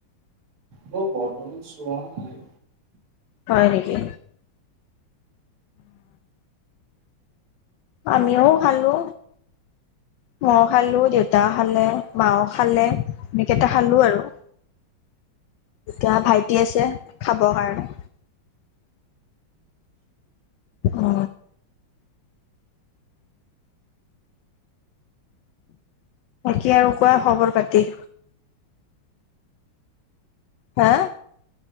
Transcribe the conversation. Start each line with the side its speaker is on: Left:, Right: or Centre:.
Right: ম বৰ্তমান চোৱাাই
Left: হয় নেকি আমিও ভালো মও খালো দেউতা খালে মাও খালে এনেকেইটা খালো আৰু এতিয়া ভাইটি আছে খাবৰ কাৰণে অ তে আৰু কোৱা খবৰ পাতি হা